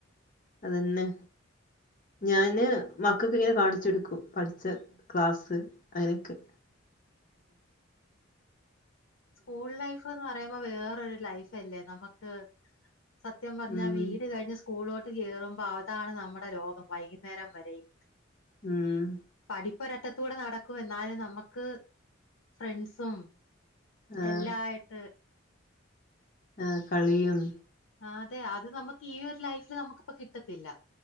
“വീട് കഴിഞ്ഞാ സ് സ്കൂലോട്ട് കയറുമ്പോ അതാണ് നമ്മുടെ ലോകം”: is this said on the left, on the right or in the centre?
Left